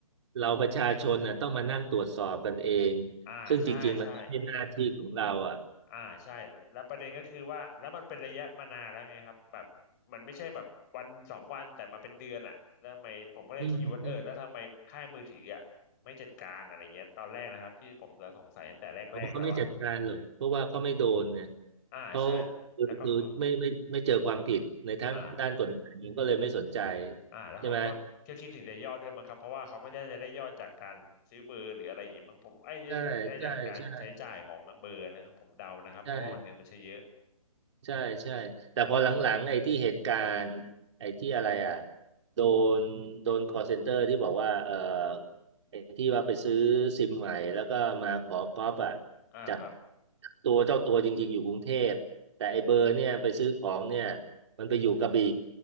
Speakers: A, on the right; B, on the left.
A: เราประชาชนน่ะต้องมานั่งตรวจสอบกันเอง
B: อ่าใช่ใช่
A: ซึ่งจริงๆมันไม่ใช่หน้าที่ของเราอ่ะ
B: อ่าใช่แล้วแล้วประเด็นก็คือว่าแล้วมันเป็นระยะมานานแล้วไงครับแบบมันไม่ใช่แบบวันสองวันแต่มาเป็นเดือนอ่ะแล้วทำไมผมก็เลยคิดอยู่ว่าเออแล้วทำไมค่ายมือถืออ่ะไม่จัดการอะไรเงี้ยตอนแรกนะครับที่ผมจะสงสัยตั้งแต่แรกๆแล้วว่า
A: อืมอืมผมเขาไม่จัดการหรอกเพราะว่าเขาไม่โดนเนี่ย
B: อ่าใช่
A: เขาคือคือไม่ไม่ไม่เจอความผิดในทั้งด้านกฎหมายก็เลยไม่สนใจ
B: แล้วก็เขาอ่าอ่าแล้วเขาก็ก็คิดถึงแต่ยอดด้วยมั้งครับเพราะว่าเขาก็จะจะได้ยอดจากการซื้อเบอร์หรืออะไรอย่างงี้มั้งผมไอ้ไอ้ไอ้จากการใช้จ่ายของเบอร์นะครับผมเดานะครับเพราะว่าวันนึงมันใช้เยอะ
A: ใช่ไหมใช่ใช่ใช่ใช่ ใช่ใช่แต่พอหลังๆไอ้ที่เหตุการณ์ไอ้ที่อะไรอ่ะโดนโดน call center ที่บอกว่าเออไอ้ที่ว่าไปซื้อซิมใหม่แล้วก็มาขอก๊อปอ่ะ
B: อ่าครับ
A: จากตัวเจ้าตัวจริงๆอยู่กรุงเทพแต่ไอ้เบอร์เนี่ยไปซื้อของเนี่ยมันไปอยู่กระบี่